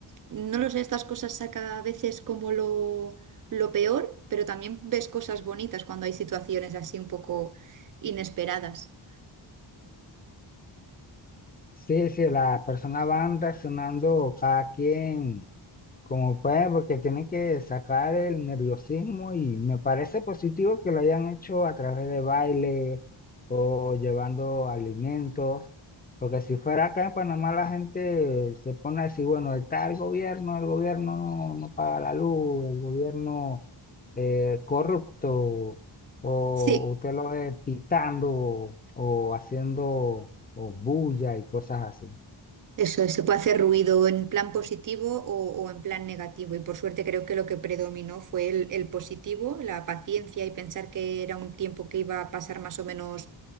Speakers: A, on the right (about 45°); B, on the left (about 20°).
A: No lo sé, estas cosas saca a veces como lo... Lo peor, pero también ves cosas bonitas cuando hay situaciones así un poco inesperadas.
B: Sí, sí, las personas van reaccionando cada quien Como pues, porque tiene que sacar el nerviosismo y me parece positivo que lo hayan hecho a través de baile o llevando alimentos, porque si fuera acá en Panamá la gente se pone a decir, bueno, está el gobierno, el gobierno no, no paga la luz, el gobierno eh, corrupto, o
A: Sí,
B: usted lo ve pitando o haciendo o bulla y cosas así.
A: Eso es, se puede hacer ruido en plan positivo o, o en plan negativo. Y por suerte creo que lo que predominó fue el, el positivo, la paciencia y pensar que era un tiempo que iba a pasar más o menos